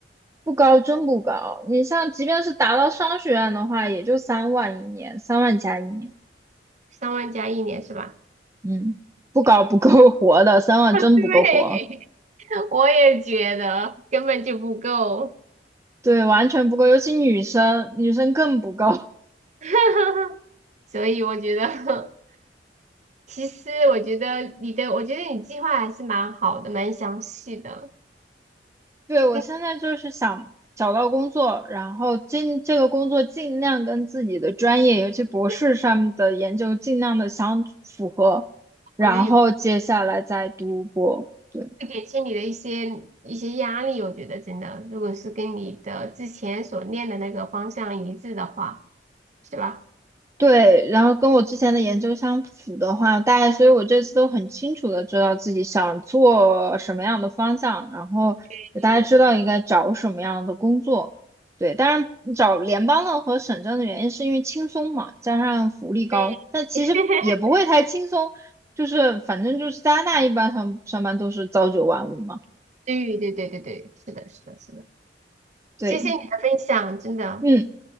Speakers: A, on the right; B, on the right.
A: 不高，真不高。你像，即便是达到商学院的话，也就三万一年，三万加一年。
B: 三万加一年是吧？
A: 嗯，不高不够活的，三万真不够活。
B: <laughs> 对，<laughs> 我也觉得根本就不够，
A: 对，完全不够，尤其女生，女生更不够。
B: <laughs> 所以我觉得，其实我觉得你的，我觉得你计划还是蛮好的，蛮详细的，
A: <laughs> 对，我现在就是想找到工作，
B: 并
A: 然后尽这个工作尽量跟自己的专业，尤其博士上面的研究尽量的相符合，
B: 且
A: 然后接下来再读博。
B: 我觉得有
A: 对。
B: 会减轻你的一些一些压力。我觉得真的，如果是跟你的之前所练的那个方向一致的话。是吧？
A: 对，然后跟我之前的研究相符的话，大家，所以我这次都很清楚的知道自己想做什么样的方向，然后也大家知道应该找什么样的工作。
B: 对
A: 对，当然找联邦的和省政的原因是因为轻松嘛，加上福利高，
B: 对
A: 但其实也不会太轻松，
B: <laughs>，
A: 就是反正就是加拿大一般上上班都是朝九晚五嘛。
B: 对对对对对，是的，是的，是的，
A: 对，
B: 谢谢你的分享，真的
A: 嗯，